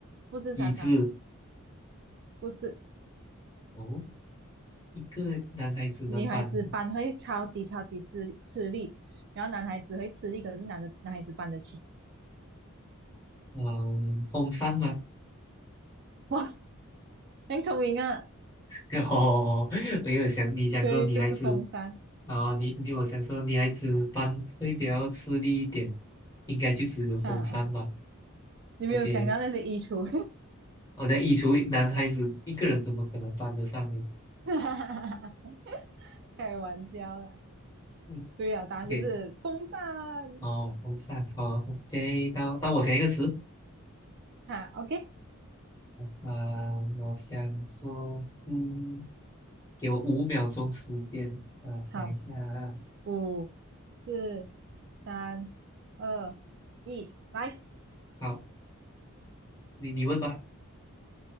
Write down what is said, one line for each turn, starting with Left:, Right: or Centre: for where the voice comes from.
Right: 不是沙发，
Left: 椅子
Right: 不是
Left: 哦，一个男孩子能搬，
Right: 女孩子搬会超级超级吃力吃力，然后男孩子会吃力，可是男的男孩子搬得起，
Left: 嗯、风扇吗？
Right: 哇，很聪明啊，
Left: <laughs> 哦，我有想你想说女孩子，
Right: 对，就是风扇
Left: 然后你你我想说女孩子搬会比较吃力一点，应该就只有风扇吧。
Right: 啊。你没有想到那些衣橱
Left: 而且我在移除男孩子一个人怎么可能搬得上呢？
Right: <laughs>，开玩笑啦。
Left: 嗯
Right: 对呀、答案就是风扇啊。
Left: ，OK，哦，风扇，好，OK，到到我想一个词，
Right: 哈，OK，
Left: 呃，我想说，嗯，给我五秒钟时间，呃，想一下啊，
Right: 好，五、四、三、二、一，来。
Left: 好，你你问吧，